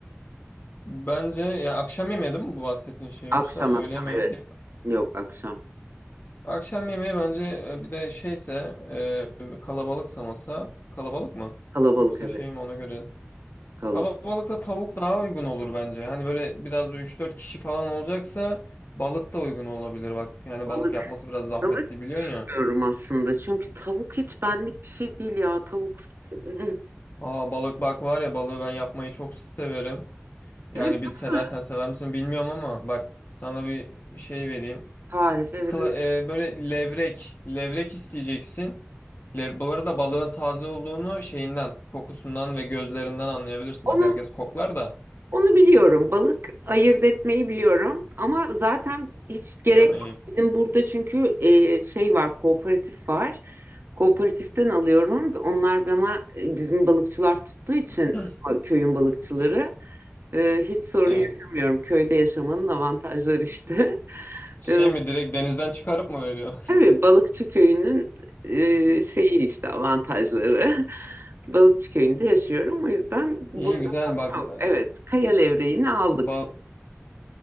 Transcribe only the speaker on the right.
Akşam
akşam
evet.
Yok akşam.
Kalabalık
evet.
Kalabalık.
Balık,
balık
diyorum aslında. Çünkü tavuk hiç benlik bir şey değil ya. Tavuk. <laughs>
Evet
nasıl?
Tarif evet.
Onu
Onu biliyorum. Balık ayırt etmeyi biliyorum. Ama zaten hiç gerek
yok.
Bizim burada çünkü e, şey var, kooperatif var. Kooperatiften alıyorum. Onlar bana e, bizim balıkçılar tuttuğu için
e, köyün balıkçıları
e, hiç sorun
yaşamıyorum. Köyde yaşamanın avantajları işte. <laughs>
E,
tabii balıkçı köyünün e, şeyi işte avantajları. <laughs> Balıkçı köyünde yaşıyorum. O yüzden bunda
sorun
yok. Evet, kaya levreğini aldık.